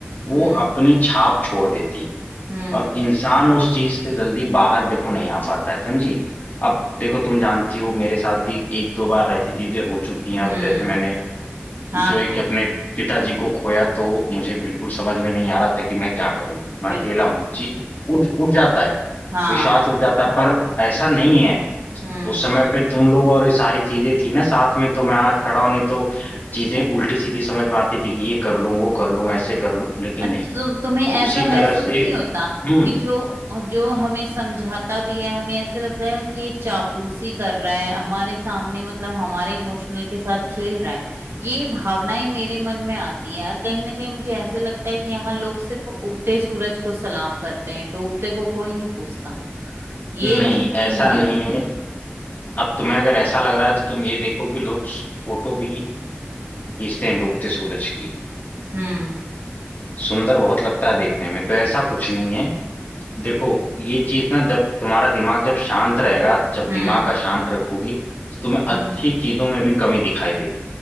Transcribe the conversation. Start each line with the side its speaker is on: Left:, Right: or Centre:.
Left: वो
Right: हम्म
Left: अपनी छाप छोड़ देती हैं
Right: हम्म
Left: और इंसान उस चीज से जल्दी बाहर देखो नहीं आ पाता है समझी अब देखो तुम जानती हो मेरे साथ भी एक दो बार ऐसी चीजें हो चुकी हैं
Right: हम्म
Left: अब जैसे मैंने
Right: हाँ
Left: जो एक
Right: हाँ
Left: अपने पिताजी को खोया तो मुझे बिल्कुल समझ में नहीं आ रहा था कि मैं क्या करूं मैं
Right: बिल्कुल
Left: अकेला हूं जी उड़ उड़ जाता है
Right: हाँ
Left: विश्वास उड़ जाता है पर ऐसा नहीं है
Right: हम्म
Left: उस समय पे तुम लोग और ये सारी चीजें थी ना साथ में तो मैं आज खड़ा हूं नहीं तो चीजें उल्टी सीधी समझ में आती थी कि ये कर लूं वो कर लूं ऐसे कर लूं लेकिन
Right: अच्छा,
Left: नहीं
Right: तो तुम्हें ऐसा
Left: उसी
Right: महसूस
Left: तरह से
Right: नहीं होता
Left: हम्म
Right: कि जो जो हमें समझाता भी है हमें ऐसे लगता है कि ये चापलूसी कर रहा है हमारे सामने मतलब हमारे इमोशनल के साथ खेल रहा है ये भावनाएं मेरे मन में आती है और कहीं ना कहीं मुझे ऐसे लगता है कि यहाँ लोग सिर्फ उगते सूरज को सलाम करते हैं डूबते को कोई नहीं पूछता ये
Left: नहीं
Right: थिंकिंग
Left: ऐसा
Right: आ
Left: नहीं
Right: गई
Left: है अब तुम्हें अगर ऐसा लग रहा है तो तुम ये देखो कि लोग फोटो भी खींचते हैं डूबते सूरज की
Right: हम्म
Left: सुंदर बहुत लगता है देखने में तो ऐसा कुछ नहीं है देखो ये चीज ना जब तुम्हारा दिमाग जब शांत रहेगा जब
Right: हम्म
Left: दिमाग का शांत रखोगी तो तुम्हें
Right: हम्म
Left: अच्छी चीजों में भी कमी दिखाई देगी